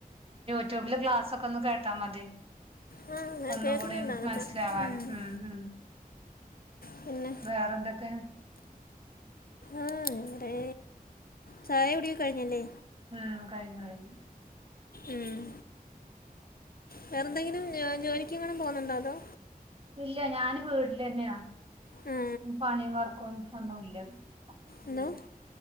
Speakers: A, on the right; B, on the left.
A: യട്യൂബില് ക്ലാസ്സൊക്കെ ഒന്ന് കേട്ടാ മതി
B: ആ അങ്ങനെ
A: ഒന്നും
B: കേൾക്കുന്നുണ്ട്
A: കൂടി
B: അതൊക്കെ
A: മനസ്സിലാവാന് ഉം ഉം
B: പിന്നെ
A: വേറെന്തൊക്കെ
B: ആഹ് വേറേ ചായ കുടി ഒക്കെ കഴിഞ്ഞല്ലേ
A: ആഹ് കഴിഞ്ഞു കഴിഞ്ഞു
B: ഉം വേറെന്തെങ്കിലും ജോലിക്ക് എങ്ങാനും പോവുന്നുണ്ടോ അതോ
A: ഇല്ല ഞാന് വീടിലെന്നെയാ
B: ആ.
A: ഉം പണി വർക്കും ഒന്നുല്ല
B: എന്തോ
A: ഉം